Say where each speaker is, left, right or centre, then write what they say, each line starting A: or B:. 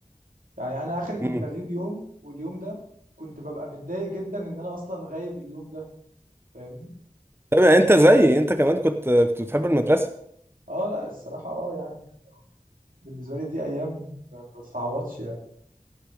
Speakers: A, on the right; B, on the right.
A: يعني انا اخري كنت
B: مم.
A: اغيب يوم واليوم ده كنت ببقى متضايق جدا ان انا اصلا غايب اليوم ده فاهمني
B: طب يعني أنت زيي أنت كمان كنت كنت بتحب المدرسة
A: اه لا الصراحة اه يعني بالنسبة لي دي أيام ما ما تتعوضش يعني